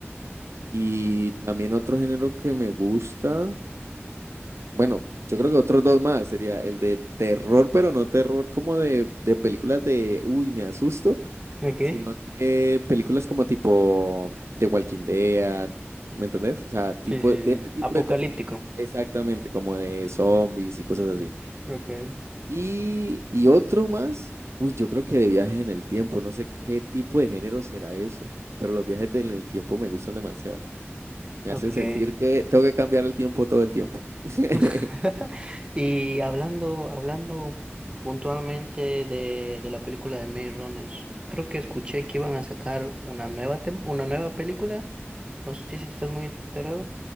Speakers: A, on the right (about 80°); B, on the right (about 20°).
A: Y también otro género que me gusta, bueno, yo creo que otros dos más, sería el de terror, pero no terror como de, de películas de, uy, me asusto
B: Ok.
A: sino que películas como tipo The Walking Dead, ¿me entendés? O sea, tipo
B: Sí, sí,
A: de ese
B: sí.
A: tipo
B: Apocalíptico.
A: de terror. Exactamente, como de zombies y cosas así.
B: Ok,
A: Y, y otro más, uy, yo creo que de viaje en el tiempo, no sé qué tipo de género será eso, pero los viajes del- en el tiempo me gustan demasiado. Me
B: ok.
A: hace sentir que tengo que cambiar el tiempo todo el tiempo. <laughs>
B: <laughs> Y hablando, hablando puntualmente de, de la película de Maze Runners, creo que escuché que iban a sacar una nueva, tem- una nueva película. No sé si estás muy enterado.